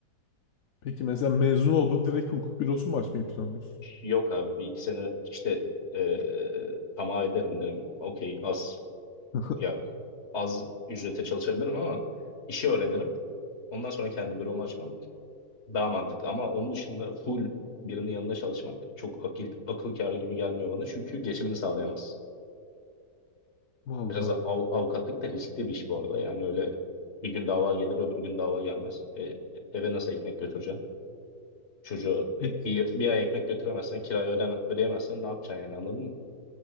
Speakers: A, on the left (about 60°); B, on the left (about 40°).
A: Peki mesela mezun oldun direkt hukuk bürosu mu açmayı planlıyorsun?
B: Yok abi bir iki sene işte eee tamah ederim derim. Okey az.
A: <laughs>
B: Ya az ücrete çalışabilirim ama işi öğrenirim. Ondan sonra kendi büromu açmam daha mantıklı. Ama onun dışında full birinin yanında çalışmak çok akıl, akıl kârı gibi gelmiyor bana. Çünkü geçimini sağlayamaz.
A: Vallahi.
B: Biraz av- avukatlık da riskli bir iş bu arada. Yani öyle bir gün dava gelir, öbür gün dava gelmez. E, eve nasıl ekmek götüreceksin? Çocuğa
A: Peki,
B: e, bir, bir ay ekmek götüremezsen, kirayı ödeme, ödeyemezsen ne yapacaksın yani anladın mı?